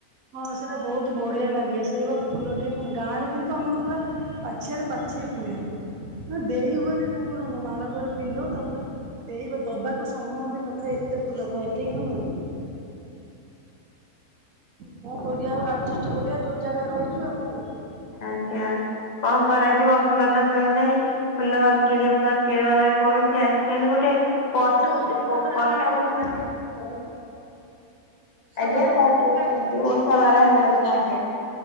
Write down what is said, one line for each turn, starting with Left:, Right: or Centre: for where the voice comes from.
Right: ହଁ ସେଇଟା ବହୁତ ବଢିଆ ଲାଗେ ସେଇ ବା ଫୁଲ ଟେ କ ମ ଗାଁ ରେ କିନ୍ତୁ ଆମର ପୁରା ଆ ଛିଆରେ ପାଛିଏ ଫୁଲ ଅଁ ଦେଇ ହୁଏନି ଠାକୁରଙ୍କୁ ମାଳ କରି ପିନ୍ଧଉ ତାପରେ। ଦେଇବ ଦବାକୁ ସମୟ ବି ନଥାଏ ଏତେ ଫୁଲ ଥାଏ ଏଠି କିନ୍ତୁ ମିଳୁନି। କଣ କରିବା ଆଉ ଆଡଜଷ୍ଟ କରିବା ଯୋଉ ଜାଗାରେ ରହିଛୁ ଆଉ କଣ କରିବୁ।
Left: ଆଜ୍ଞା କଣ କରାଯିବ ଫୁଲ ତ ମିଳୁନାହିଁ। ଫୁଲ କିଣବା କିଣିବା ପାଇଁ ପଡୁଛି ଆଜିକାଲି ଗୋଟେ। କ-କ-କ-କଟା
Right: ଗୋଟେ ଓଷା ବାର ହେଲା ବେଳକୁ
Left: <inaudible>
Right: ଭାରି ଓଷା
Left: ଆଜ୍ଞା
Right: ବାର
Left: କଣ
Right: ଗୋଟେ ହେଲା
Left: କହୁଛନ୍ତି ଓଷା ବାର ହେଲା ବେଳକୁ ଆଜ୍ଞା।